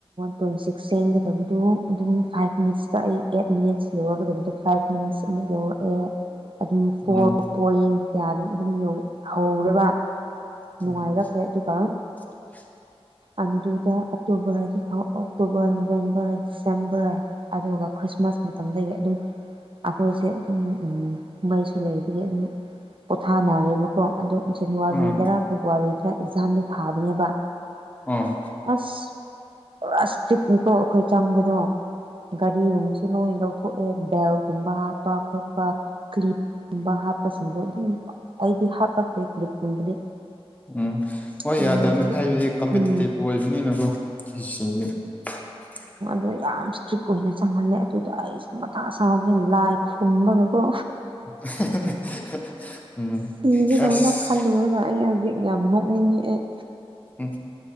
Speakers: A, on the right (about 55°); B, on the left (about 15°).
A: ꯄꯣꯏꯟ ꯁꯤꯛꯁ ꯆꯦꯟꯒꯗꯕꯗꯨꯣ ꯑꯗꯨꯝ ꯐꯥꯏꯚ ꯃꯤꯅꯤꯠꯁ ꯆꯥꯛꯏ ꯑꯩꯠ ꯃꯤꯅꯤꯠꯁ ꯌꯧꯔꯒꯗꯕꯗꯣ ꯐꯥꯏꯚ ꯃꯤꯅꯤꯠꯁ ꯑꯃꯨꯛ ꯌꯧꯔꯛꯑꯦ ꯑꯗꯨꯝ
B: ꯑꯥ
A: ꯄꯣꯣꯔꯡ ꯀꯌꯥꯗꯨꯅ ꯑꯗꯨꯝ ꯍꯧꯔꯦꯕ ꯅꯨꯡꯉꯥꯏꯖꯈ꯭ꯔꯦ
B: ꯎꯝ
A: ꯑꯗꯨꯒ
B: <unintelligible>
A: ꯑꯗꯨꯗꯨꯗ ꯑꯣꯛꯇꯣꯕꯔ ꯑꯣꯛꯇꯣꯕꯔ ꯅꯕꯦꯝꯕꯔ ꯗꯤꯁꯦꯝꯕꯔ ꯑꯗꯨꯒ ꯈ꯭ꯔꯤꯁꯃꯥꯁ ꯃꯇꯝꯗꯒꯤ ꯑꯗꯨꯝ ꯑꯩꯈꯣꯏꯁꯦ ꯑꯗꯨꯝ ꯃꯩ ꯁꯨ ꯂꯩꯕꯒꯤ ꯑꯗꯨꯝ ꯄꯣꯊꯥꯅꯔꯦꯕꯀꯣ ꯑꯗꯨꯣ ꯖꯅꯋꯥꯔꯤꯗꯔꯥ
B: ꯎꯝ ꯑꯥ
A: ꯐꯦꯕꯋꯥꯔꯤꯗ ꯑꯦꯛꯖꯥꯝꯗꯣ ꯊꯥꯕꯅꯦꯕ
B: ꯎꯝ
A: ꯑꯁ ꯄꯨꯔꯥ ꯏꯁꯇ꯭ꯔꯤꯞꯅꯤꯀꯣ ꯑꯩꯈꯣꯏ ꯆꯪꯕꯗꯣ ꯒꯥꯔꯤꯒꯨꯝꯕꯁꯨ ꯂꯣꯏ ꯂꯧꯊꯣꯛ ꯕꯦꯜꯒꯨꯝꯕ ꯍꯥꯞꯄ ꯈꯣꯠꯄ ꯀ꯭ꯂꯤꯞ ꯀꯨꯝꯕ ꯍꯥꯞꯄꯁꯤꯡꯕꯣ ꯑꯗꯨ ꯑꯩꯗꯤ ꯍꯥꯄꯛꯇꯦ ꯀ꯭ꯂꯤꯞꯀꯨꯝꯕꯗꯤ
B: ꯎꯝ ꯍꯣꯏ
A: ꯑꯗꯨ
B: ꯌꯥꯗꯕꯅꯤ
A: ꯃꯣꯏꯗꯤ
B: ꯍꯥꯏꯕꯗꯤ ꯀꯝꯄꯤꯇꯤꯇꯤꯞ
A: ꯎꯝ
B: ꯑꯣꯏꯕꯅꯤꯅꯀꯣ ꯁꯤꯗꯤ <unintelligible>
A: ꯑꯗꯨꯗꯣ ꯌꯥꯝ ꯏꯁꯇ꯭ꯔꯤꯛ ꯑꯣꯏꯅ ꯆꯪꯍꯜꯂꯦ ꯑꯗꯨꯗ ꯑꯩꯁ ꯃꯇꯥ ꯁꯥꯡꯕ ꯍꯦ ꯂꯥꯏ ꯈꯨꯨꯝꯕꯒꯀꯣ
B: <unintelligible>
A: ꯁꯤꯒꯦꯗꯧꯅ
B: ꯑꯁ
A: ꯈꯜꯂꯨꯔꯒ ꯑꯩ ꯍꯧꯖꯤꯛ ꯌꯥꯝ ꯅꯣꯛꯅꯤꯡꯉꯤ ꯑꯩ
B: ꯎꯝ